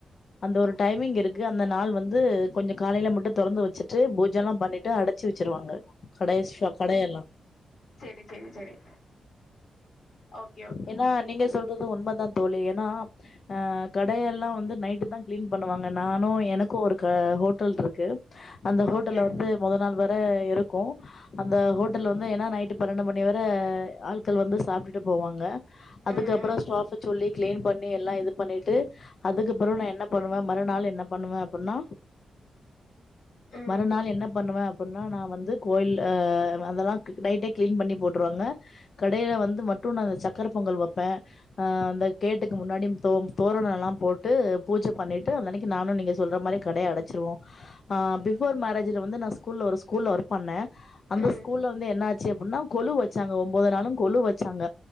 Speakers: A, on the left; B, on the left.
A: அந்த ஒரு டைமிங் இருக்கு அந்த நாள் வந்து கொஞ்சோ காலையில மட்டும் தொறந்து வச்சுட்டு பூஜல்லா பண்ணிட்டு அடுத் வச்சு வச்சிருவாங்க கடை ஷாப் கடையெல்லா
B: செரி செரி செரி ஓக்
A: ஏனா நீங்க சொல்றது உண்மதா தோழி ஏனா அ கடையெல்லா வந்து நைட்டு்தான் கிளீன் பண்ணுவாங்க நானு எனக்கு ஒரு ஹோட்டல் இருக்கு அந்த ஹோட்டல்ல
B: ஓகே
A: வந்து மொத நாள் வர இருக்கு அந்த ஹோட்டல்ல வந்து ஏனா நைட்டு பன்னெண்டு மணி வர ஆட்கள் வந்து சாப்ட்டுட்டு போவாங்க அதுக்கப்றோ
B: ம் ம்
A: ஸ்டாஃப் சொல்லி கிளீன் பண்ணி எல்லா இது பண்ணிட்டு அதுக்கப்பிறவு நா என்ன பண்ணுவ மறுநாள் என்ன பண்ணுவ அப்டினா
B: ம்
A: மறுநாள் என்ன பண்ணுவ அப்பனா நா வந்து கோயில் அதெல்லா நைட்டே கிளீன் பண்ணி போட்டுருவாங்க கடைல வந்து மட்டு உணவு சக்கர பொங்கல் வெப்ப அ அந்த கேட்டுக்கு முன்னாடி தோ தோரோணொல்லா போட்டு பூஜ பண்ணிட்டு அந்தன்னைக்கு நானு நீங்க சொல்ற மாரி கடைய அடச்சிருவோ ஆ பிஃபோர் மேரேஜ்ல வந்து நா ஸ்கூல ஒரு ஸ்கூல்ல ஒர்க் பண்ண அந்த
B: ம்
A: ஸ்கூல்ல வந்து என்ன ஆச்சு அப்டினா கொலு வெச்சாங்க ஒன்பது நாளு கொளு வெச்சாங்க